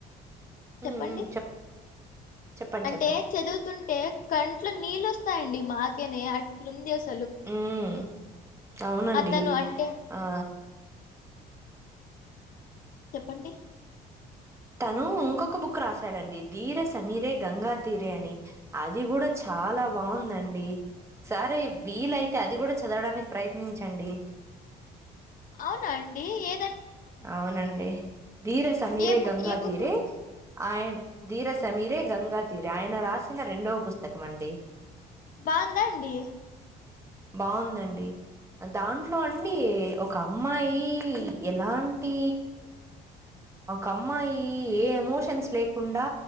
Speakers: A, on the right; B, on the left.
A: హ్మ్.
B: చెప్పండి
A: హ్మ్. చెప్పండి.
B: అంటే
A: చెప్పండి.
B: చదువుతుంటే కంట్లు నీళ్ళు వస్తాయండి మాకేనే అట్లుందిస్
A: ఉ అవునండి
B: అతను అంటే
A: ఆ
B: చెప్పండి
A: తను ఇంకొక బుక్ రాశాడండి ధీర సమీరే గంగా తీరే అని అది కూడా చాలా బావుందండి సరే వీలైతే అది కూడా చదవడానికి ప్రయత్నించండి
B: అవునా అండి ఏ
A: అవునం డి ధీర సమీరే
B: ఏ బు-
A: గంగాధీరే
B: ఏ బుక్
A: ఆయన్ ధీర సమీ టే గంగా తీర ఆయన రాసిన రెండవ పుస్తకం అండి
B: బాగుందా అండి
A: బావుందండి దాంట్లో అండి
B: అవును
A: ఒక అమ్మాయి ఎలా ంటి ఒక అమ్మాయి ఏ ఎమోషన్స్ లేకుండా